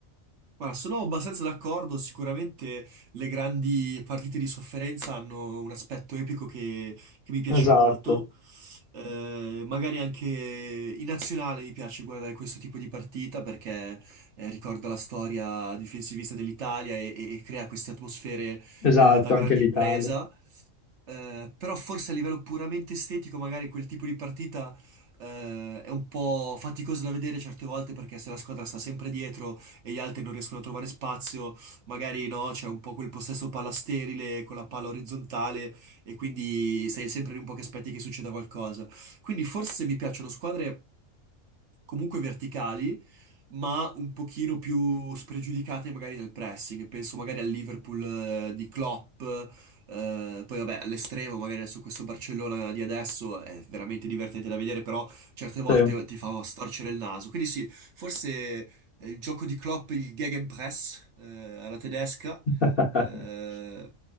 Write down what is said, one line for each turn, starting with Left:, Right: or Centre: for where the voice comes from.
Right: Guarda, sono abbastanza d'accordo, sicuramente le grandi partite di sofferenza hanno un aspetto epico che, che mi piace
Left: Esatto,
Right: molto, Eh, magari anche in nazionale mi piace guardare questo tipo di partita perché eh, ricorda la storia difensivista dell'Italia e, e- e crea queste atmosfere
Left: esatto,
Right: eh, da grande
Left: anche l'Italia.
Right: impresa. Eh, però forse a livello puramente estetico, magari quel tipo di partita eh, è un po' faticoso da vedere certe volte perché se la squadra sta sempre dietro e gli altri non riescono a trovare spazio, magari no, c'è un po' quel possesso palla sterile con la palla orizzontale e quindi sei sempre lì un po' che aspetti che succeda qualcosa. Quindi forse mi piacciono squadre comunque verticali, ma un pochino più spregiudicate magari nel pressing. Penso magari al Liverpool eh, di Klopp eh, poi vabbè, all'estremo, magari su questo Barcellona di adesso è veramente divertente da vedere, però certe volte
Left: Sì.
Right: ti fa storcere il naso. Quindi sì, forse eh, il gioco di Klopp, il Gegenpress, eh, alla tedesca,
Left: <laughs>
Right: eh,